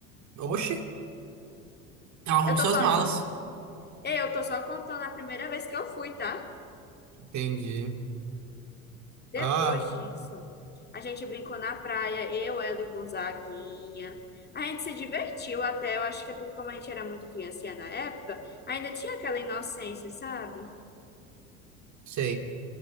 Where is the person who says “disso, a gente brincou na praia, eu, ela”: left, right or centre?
Left